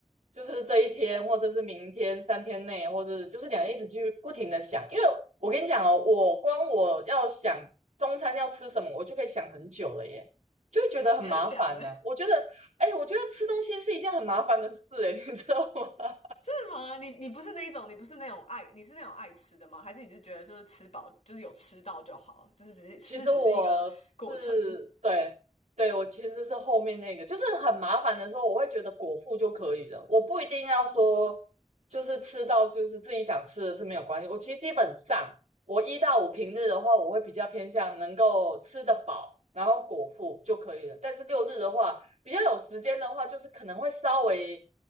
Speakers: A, on the right; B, on the left.
A: 就是这一天，或者是明天三天内，或者就是你要一直去不停的想，因为我跟你讲哦，我光我要想中餐要吃什么，我就可以想很久了耶，就会觉得很麻烦呢、
B: 真的假的？
A: 我觉得，哎，我觉得吃东西是一件很麻烦的事，哎，你知道吗？
B: 真的吗？你你不是那一种，你不是那种爱，你是那种爱吃的吗？还是你是觉得就是吃饱，就是有吃到就好，就是只是吃只是一个过程？
A: 其实我是对对，我其实是后面那个，就是很麻烦的时候，我会觉得果腹就可以了，我不一定要说就是吃到就是自己想吃的是没有关系。我其实基本上我一到五平日的话，我会比较偏向能够吃得饱，然后果腹就可以了。但是六日的话，比较有时间的话，就是可能会稍微